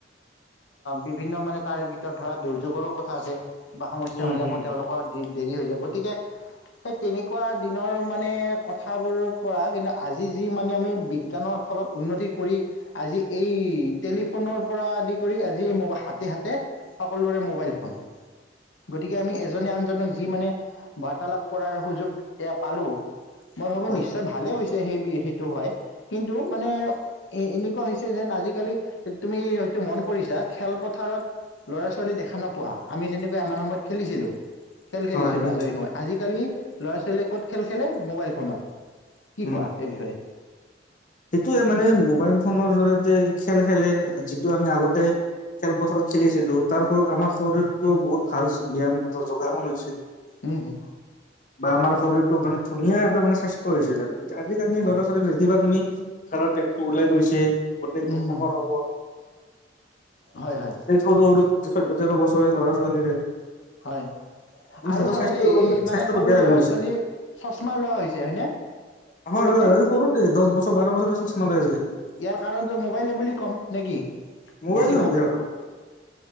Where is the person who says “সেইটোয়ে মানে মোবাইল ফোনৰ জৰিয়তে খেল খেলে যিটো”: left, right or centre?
Left